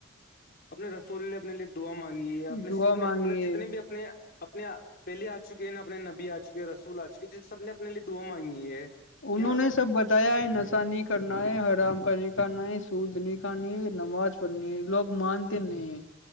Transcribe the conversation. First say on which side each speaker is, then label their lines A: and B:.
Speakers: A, on the left (about 50°); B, on the left (about 65°).
A: اپنے رسول نے اپنے لیے دعا مانگی ہے اپنے
B: دعا
A: سب نے
B: مانگیے
A: مطلب جتنے بھی اپنے اپنے پہلے آ چکے ہیں نا اپنے نبی آ چکے ہیں رسول آ چکے ہے جس سب نے اپنے لیے دعا مانگی ہے
B: انہوں
A: کیا
B: نے سب بتایا ہے نشہ نہیں کرنا ہے حرام کا نہیں کھانا ہے سود نہیں کھانی ہے نماز پڑنی لوگ مانتے نہیں